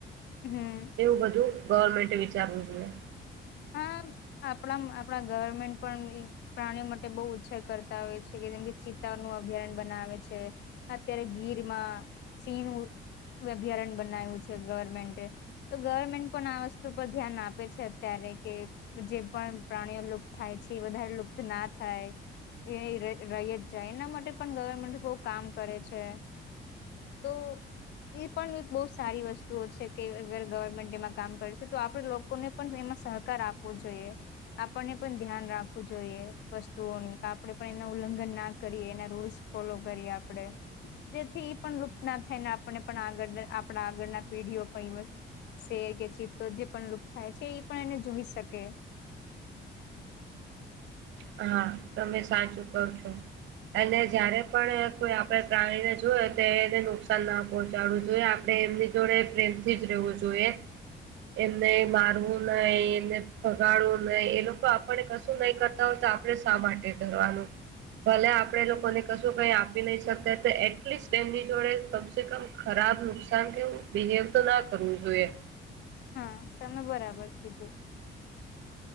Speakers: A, on the left; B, on the right.
A: હમ
B: એવું બધું ગવર્મેન્ટે વિચારવું જોએ.
A: હા આપણા આપણા ગવર્મેન્ટ પણ પ્રાણીઓ માટે બઉ ઉછેર કરતા હોય છે, કે જેમ કે ચિત્તા નું અભયારણ બનાવે છે. અત્યારે ગીરમાં સિંહ નુ અભયારણ્ય બનાવ્યું છે, ગવર્મેન્ટે. તો ગવર્મેન્ટ પણ આ વસ્તુ પર ધ્યાન આપે છે અત્યારે. કે જે પણ પ્રાણીઓ લુપ્ત થાય છે એ વધારે લુપ્ત ના થાય. એ ર રય જ જાય એના માટે પણ ગવર્મેન્ટ બવ કામ કરે છે. તો એ પણ બઉ સારી વસ્તુઓ છે કે અગર ગવર્મેન્ટ એમાં કામ કરેસે તો આપડે લોકોને પણ એમાં સહકાર આપવો જોઈએ. આપણને પણ ધ્યાન રાખવું જોઈએ વસ્તુઓની, કે આપણે પણ એ ઉલ્લંઘન ના કરીએ એના રૂલ્સ ફોલો કરીએ આપડે. જેથી ઈ પણ લુપ્ત ના થઈ ને આપને પણ આગળ આપડણા આગળના પેઢીઓ પણ ઈ વસ્ત સેર કે ચિતો જે પણ લુપ્ત થાય છે, ઈ પણ એને જોઈ સકે.
B: હા, તમે સાચું કહો છો. અને જયારે પણ કોઈ આપણે જાવાયને જોયે તો એને નુકસાન ના પહોંચાડવું જોઈએ. આપડણે એમની જોડે પ્રેમથી જ રેવું જોઈએ. એમને મારવું નઈ, એમને ભગાડવું નઈ, એ લોકો આપણને કશું નહી ક તા હોય તો, આપડે શા માટે કરવારનું? ભલે આપડે એ લોકોને કશું કઈ આપી નઈ સકતા તો, એટલીસ્ટ એમની જોડે કમસે કમ ખરાબ, નુકસાન કેવુ બિહેવ તો ના કરવું જોઈએ.
A: હા, તમે બરાબર કીધુ.